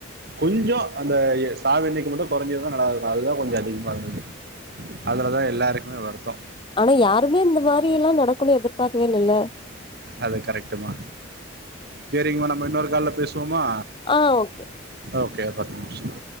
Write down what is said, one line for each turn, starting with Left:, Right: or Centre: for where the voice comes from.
Right: கொஞ்சோ அந்த சாவு எண்ணிக்க மட்டு கொறஞ்சிருந்தா நல்லா இருக்கு அதுதா கொஞ்ச அதிகமா இருந்துது அதுலதா எல்லாருக்குமே வருத்தோ
Left: அனா யாருமே இந்த மாரி எல்லா நடக்குன் எதிர்பாக்கவே இல்லல்ல
Right: அது கரட்டுமா சேரிங்மா நம்ம இன்னொரு கால்ல பேசுவோமா
Left: ஆ ஓகே
Right: ஓகே ஒரு பத்து நிம்ஸோ